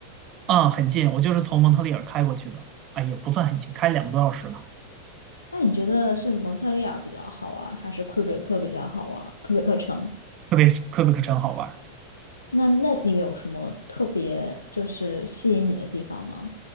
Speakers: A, on the right (about 35°); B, on the left (about 75°).
A: 嗯，很近，我就是从蒙特利尔开过去的，啊，也不算很近，开两个多小时吧。
B: 那你觉得是蒙特利尔比较好玩儿还是魁北克比较好玩儿魁北克城，
A: 魁北魁北克城好玩儿，
B: 那那你有什么特别就是吸引你的地方吗？